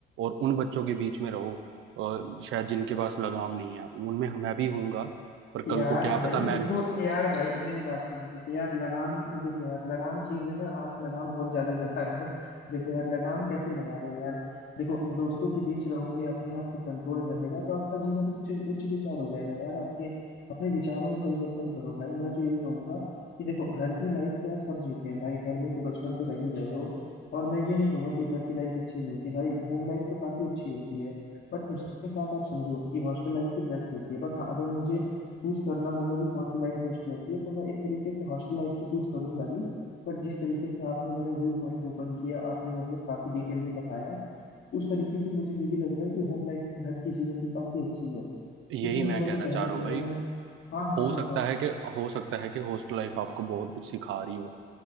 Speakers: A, on the right; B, on the left.
A: और उन बच्चों के बीच में रहो और शायद जिनके पास लगाम नहीं है उनमें मैं भी हूँगा पर कल
B: यार
A: को क्या
B: भाई
A: पता मैं
B: देखो यार भाई मेरी बात सुनो आप यार लगाम देखो यार लगाम चीज है ना आप लगाम बहुत ज्यादा <laughs> लगा रहे हो देखो यार लगाम कैसे लगा रहे हो यार देखो दोस्तों के बीच रहोगे अपने आप पे कंट्रोल रहेगा तो आपका जीवन उच्च उच्च विचार हो जाएगा यार आपके अपने विचारों में परिवर्तन करो भाई मैं तो यही कहूंगा कि देखो घर की लाइफ तो यार सब जीते हैं भाई घर में तो बचपन से रह ही रहे हो और मैं ये नहीं कहूंगा कि घर की लाइफ अच्छी नहीं होती भाई होम लाइफ तो काफी अच्छी होती है बट उसके साथ आप समझो कि हॉस्टल लाइफ भी बेस्ट होती है बट हाँ अगर मुझे चूज करना होगा कि कौन सी लाइफ बेस्ट रहती है तो मैं एक तरीके से हॉस्टल लाइफ तो चूज करूंगा ही बट जिस तरीके से आपने मेरा व्यू पॉइंट ओपन किया आपने मतलब काफी डिटेल में बताया तो उस तरीके से मुझे ये भी लग रहा है कि होम लाइफ घर की जीवन भी काफी अच्छी है क्योंकि
A: यही
B: हमारा
A: मैं कहना
B: जो
A: चाह
B: पहला
A: रहा हूँ
B: जीवन
A: भाई
B: हाँ हाँ
A: हो
B: हाँ
A: सकता
B: हाँ
A: है कि हो सकता है कि हॉस्टल लाइफ आपको बहुत कुछ सिखा रही हो